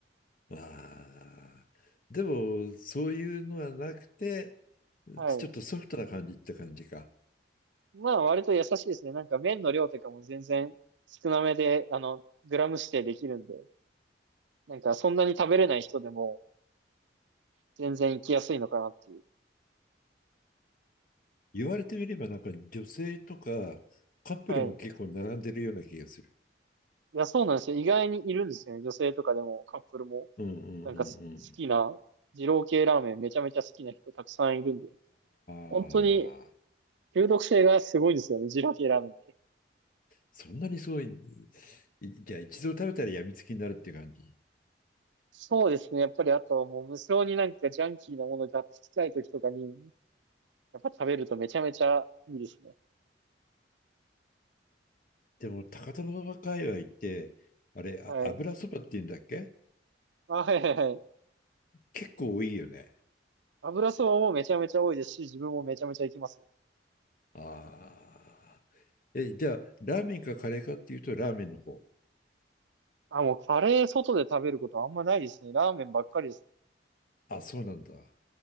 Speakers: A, on the left (about 45°); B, on the right (about 80°).
A: ああ。でも、そういうのはなくて、
B: はい。
A: ちょっとソフトな感じって感じか。
B: まあ、割と優しいですね。なんか麺の量とかも全然少なめで、あの、グラム指定できるんで、なんかそんなに食べれない人でも全然行きやすいのかなっていう。
A: 言われてみれば、なんか女性とかカップルも結構並んでるような気がする。
B: はい。いや、そうなんですよ。意外にいるんですよね。女性とかでもカップルも。
A: うんうんうんうん。
B: なんかす好きな、二郎系ラーメンめちゃめちゃ好きな人たくさんいるんで。
A: あ
B: 本当に
A: あ、
B: 中毒性がすごいですよね。二郎系ラーメンって。
A: そんなにすごい、いじゃあ一度食べたらやみつきになるって感じ。
B: そうですね。やっぱりあともう無性になんかジャンキーなものがっつきたい時とかに、やっぱ食べるとめちゃめちゃいいですね。
A: でも、高田馬場界隈って、あれ、あ、
B: はい。
A: 油そばっていうんだっけ
B: あ、はいはいはい。
A: 結構多いよね。
B: 油そばもめちゃめちゃ多いですし、自分もめちゃめちゃ行きますよ。
A: ああ。え、じゃあ、ラーメンかカレーかっていうと、ラーメンの方。
B: あ、もうカレー外で食べることはあんまないですね。ラーメンばっかりです。
A: あ、そうなんだ。